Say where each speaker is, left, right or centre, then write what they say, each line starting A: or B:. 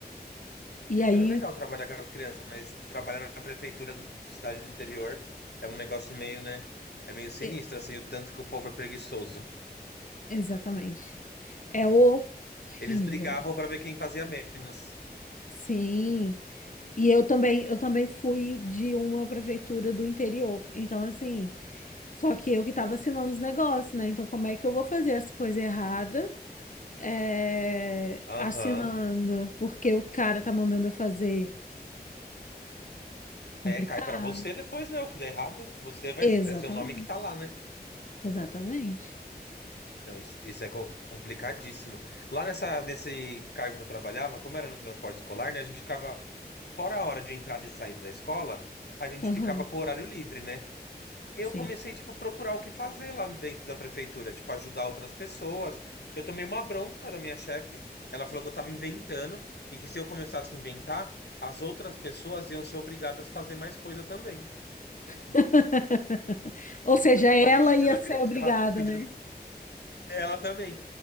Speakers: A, on the left (about 50°); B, on the left (about 80°).
A: E aí,
B: Era legal trabalhar com as crianças, mas trabalhar na prefeitura do- de cidade do interior é um negócio meio, né? É meio sinistro,
A: e-
B: assim, o tanto que o povo é preguiçoso.
A: exatamente. É horrível.
B: Eles brigavam pra ver quem fazia menos.
A: Sim. E eu também, eu também fui de uma prefeitura do interior. Então, assim, só que eu que estava assinando os negócios, né? Então, como é que eu vou fazer as coisas erradas? é,
B: Aham.
A: assinando, porque o cara tá mandando eu fazer. Complicado.
B: É, cai pra você depois, né? O que der errado, você vai.
A: Exatamente.
B: É seu nome que tá lá, né?
A: Exatamente.
B: Não, isso, isso é co- complicadíssimo. Lá nessa, nesse cargo que eu trabalhava, como era no transporte escolar, né? A gente ficava, fora a hora de entrada e saída da escola, a gente
A: Aham.
B: ficava com o horário livre, né? eu
A: Sim.
B: comecei, tipo, procurar o que fazer lá dentro da prefeitura, tipo, ajudar outras pessoas. Eu tomei uma bronca da minha chefe. Ela falou que eu tava inventando e que se eu começasse a inventar, as outras pessoas iam ser obrigadas a fazer mais coisa também.
A: <laughs> Ou seja,
B: Eu
A: ela
B: falei, gente,
A: ia
B: eu não
A: ser
B: acredito
A: obrigada,
B: que ela tá pedindo
A: né?
B: ela também.